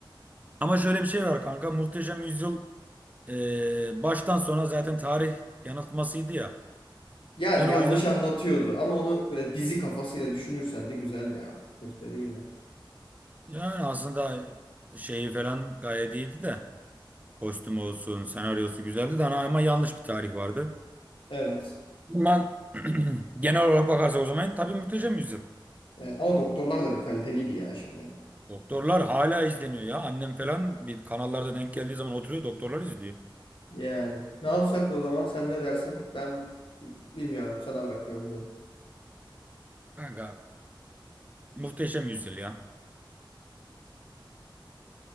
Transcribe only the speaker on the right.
Ama şöyle bir şey var kanka. Muhteşem Yüzyıl e, baştan sona zaten tarih yanıltmasıydı ya.
Ben
o yüzden
yani aslında şeyi falan gayet iyiydi de. Kostüm olsun, senaryosu güzeldi de ana- ama yanlış bir tarih vardı.
ben <clears throat> genel olarak bakarsak o zaman tabii Muhteşem Yüzyıl.
Doktorlar hala izleniyor ya. Annem falan bir kanallarda denk geldiği zaman oturuyor doktorlar izliyor.
Kanka Muhteşem Yüzyıl ya.